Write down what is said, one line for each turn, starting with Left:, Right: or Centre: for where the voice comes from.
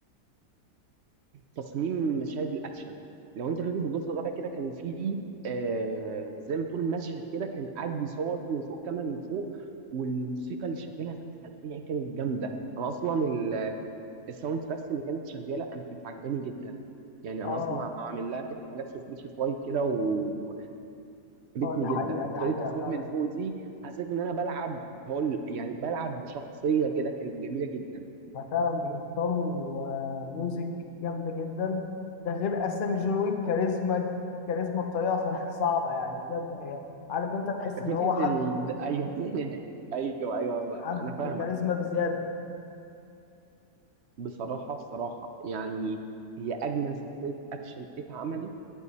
Right: تصميم مشاهد الاكشن لو انت فاكر في الجزء الرابع كده كان في آه زي ما تقول مشهد كده كان قاعد بيصور من فوق كاميرا من فوق والموسيقى اللي شغاله في الخلفيه كانت جامده انا اصلا ال- الساوند تراكس اللي كانت شغاله انا كانت عجباني جدا يعني
Left: اه
Right: انا اصلا عامل لها كده حاجات في سبوتيفاي كده وعجبتني
Left: اه
Right: جدا
Left: دي حقيقه دي
Right: وطريقه
Left: حقيقه
Right: التصوير
Left: فعلا
Right: من فوق دي حسيت ان انا بلعب هقول يعني بلعب بشخصيه كده كانت جميله جدا
Left: فعلا بيختاروا آه، ميوزك جامدة جدا ده غير أساسا جون ويك كاريزما كاريزما بطريقة <laughs> صعبة يعني بجد هو عارف أنت تحس
Right: فكره
Left: إن هو حد
Right: ال... <laughs> ايوه ايوه ايوه
Left: حد
Right: انا فاهمك
Left: كاريزما بزيادة
Right: بصراحة بصراحة يعني هي أجمل سلسلة أكشن اتعملت